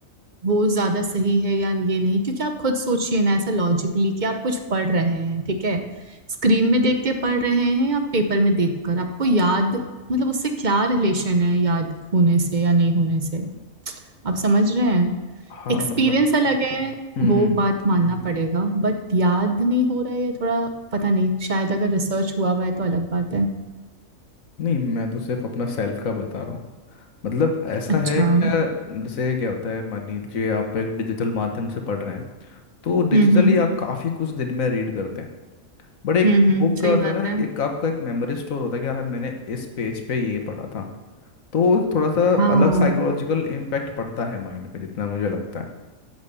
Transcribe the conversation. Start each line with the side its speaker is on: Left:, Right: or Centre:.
Right: वो ज्यादा सही है या ये नहीं क्योंकि आप खुद सोचिए ना ऐसा लॉजिकली कि आप कुछ पढ़ रहे हैं ठीक है स्क्रीन में देख के पढ़ रहे हैं या पेपर में देखकर आपको याद मतलब उससे क्या रिलेशन है याद होने से या नहीं होने से आप समझ रहे हैं
Left: हाँ
Right: एक्सपीरियंस
Left: मतलब
Right: अलग है
Left: हम्म
Right: वो
Left: हम्म
Right: बात मानना पड़ेगा बट याद नहीं हो रहा है ये थोड़ा पता नहीं शायद अगर रिसर्च हुआ हुआ है तो अलग बात है
Left: नहीं मैं तो सिर्फ अपना सेल्फ का बता रहा हूँ मतलब ऐसा
Right: अच्छा
Left: है क्या
Right: हम्म
Left: जैसे क्या होता है मान लीजिए आप एक डिजिटल माध्यम से पढ़ रहे हैं तो डिजिटली
Right: हम्म
Left: आप काफ़ी कुछ दिन में रीड करते हैं बट एक
Right: हम्म हम्म
Left: बुक
Right: सही
Left: का होता
Right: बात
Left: है ना
Right: है
Left: एक आपका एक मेमोरी स्टोर होता है कि यार मैंने इस पेज पे ये पढ़ा था तो वो एक थोड़ा सा
Right: हाँ
Left: अलग साइकोलॉजिकल इम्पैक्ट पड़ता है माइंड पे जितना मुझे लगता है